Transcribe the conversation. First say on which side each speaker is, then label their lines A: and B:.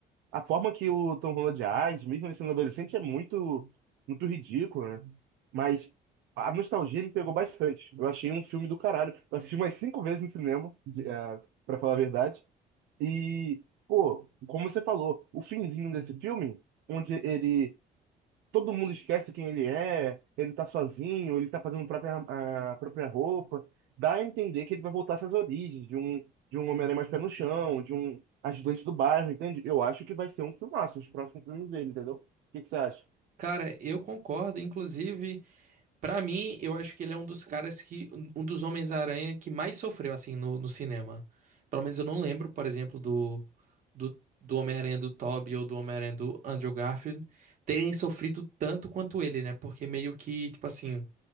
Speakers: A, on the right; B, on the right.
A: a forma que o Tom Holland age, mesmo ele sendo adolescente, é muito, muito ridícula, né? Mas a nostalgia me pegou bastante. Eu achei um filme do caralho. Eu assisti umas cinco vezes no cinema, de- eh, pra falar a verdade. E, pô, como você falou, o finzinho desse filme, onde ele todo mundo esquece quem ele é, ele tá sozinho, ele tá fazendo própria, a própria roupa. Dá a entender que ele vai voltar às suas origens, de um, de um Homem-Aranha mais pé no chão, de um ajudante do bairro, entende? Eu acho que vai ser um filmaço, os próximos filmes dele, entendeu? O que que você acha?
B: Cara, eu concordo, inclusive. Pra mim, eu acho que ele é um dos caras que. Um dos Homens-Aranha que mais sofreu, assim, no, no cinema. Pelo menos eu não lembro, por exemplo, do, do, do Homem-Aranha do Tobey ou do Homem-Aranha do Andrew Garfield terem sofrido tanto quanto ele, né? Porque meio que, tipo assim.